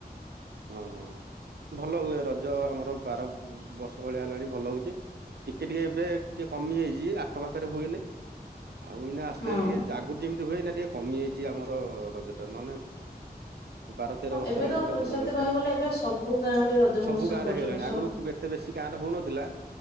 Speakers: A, on the left; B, on the right.
A: <unintelligible>
B: ହଁ ଭଲ ହୁଏ ରଜ ଆମର ବାର ବର୍ଷ ଭଳିଆ ହେଲାଣି ଭଲ ହଉଚି ଟିକେ ଟିକେ ଏବେ ଟିକେ କମି ଯାଇଛି ଆଖ ପାାଖରେ ହୁଏନି ଆଉ ଏଇନା ଆସ୍ତେ
A: ହଁ।
B: ଆସ୍ତେ ଟିକେ ଆଗରୁ ଯେମିତି ହୁଏ ନା ଟିକେ କମିଯାଇଛି ଆମର ରଜ ନହେନେ ବାର ତେର
A: ହଁ
B: ବର୍ଷ
A: ଏବେ
B: ହେଲାଣି
A: ତ
B: ପୁରା ଭଲ
A: ସେମିତି
B: ହୁଏ
A: କହିବାକୁ ଗଲେ ଏବେ ସବୁ ଗାଁ ରେ ରଜ
B: ସବୁ
A: ମହୋତ୍ସବ
B: ଗାଁ
A: କରୁଛନ୍ତି
B: ରେ ହେଇଗଲାଣି
A: ସବୁ
B: ଆଗରୁ ଏତେ ବେଶୀ ଗାଁ ରେ ହଉନଥିଲା